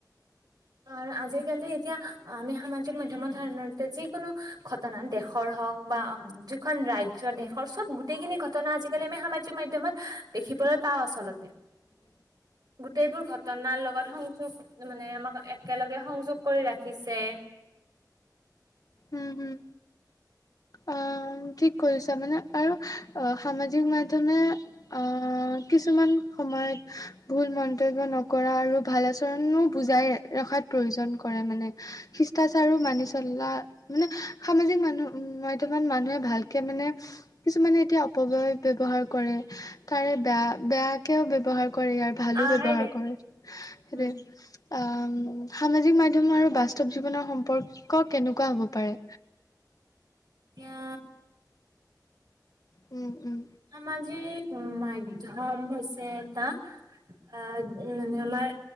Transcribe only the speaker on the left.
<inaudible>
উম, হুম, অ'। উম, ঠিক কৈছা মানে আৰু অ', সামাজিক মাধ্যমে আ, কিছুমান সময়ত ভুল মন্তব্য নকৰা আৰু ভাল আচৰণো বুজাই ৰখাত প্ৰয়োজন কৰে মানে। শিষ্টাচাৰো মানি চলা মানে সামাজিক মানুহ, মাধ্যমত মানুহে ভালকে মানে কিছুমানে এতিয়া অপবয় ব্যৱহাৰ কৰে, তাৰে বেয়া বেয়াকেও ব্যৱহাৰ কৰে। কৰে আৰু ভালো
ব্যৱহাৰ
কৰে, সেইটোৱে
আম', সামাজিক মাধ্যম আৰু বাস্তৱ জীৱনৰ সম্পৰ্ক কেনেকুৱা হ'ব পাৰে?
উম উম।